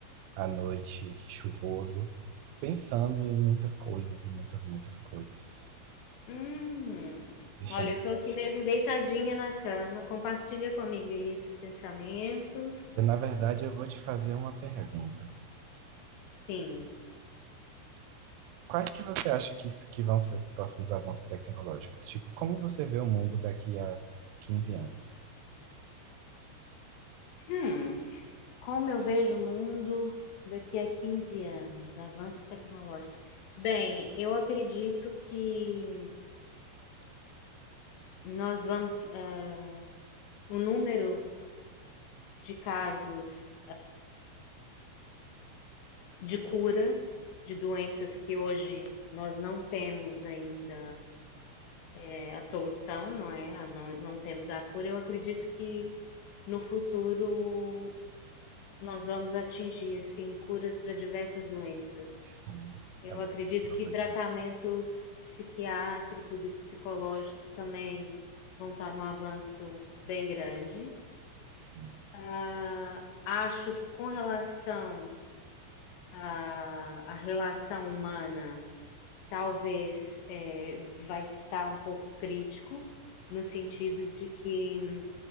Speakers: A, on the right; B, on the left.
A: à noite, chuvoso, pensando em muitas coisas, em muitas, muitas coisas.
B: Hum,
A: Deixando...
B: olha, eu tô aqui mesmo deitadinha na cama. Compartilha comigo aí esses pensamentos.
A: Eu, na verdade, eu vou te fazer uma pergunta.
B: Sim.
A: Quais que você acha que, isso, que vão ser os próximos avanços tecnológicos? Tipo, como você vê o mundo daqui a quinze anos?
B: Hum, como eu vejo o mundo daqui a 15 anos, avanço tecnológico. Bem, eu acredito que nós vamos, eh, o número de casos. de curas de doenças que hoje nós não temos ainda é, a solução, não é? Não, não temos a cura. Eu acredito que no futuro nós vamos atingir assim curas para diversas doenças.
A: Sim,
B: Eu
A: a
B: acredito
A: tecnologia.
B: que tratamentos psiquiátricos e psicológicos também vão estar num avanço bem grande.
A: Sim,
B: Ah, acho que com relação à, à relação humana talvez eh, vai estar um pouco crítico, no sentido de que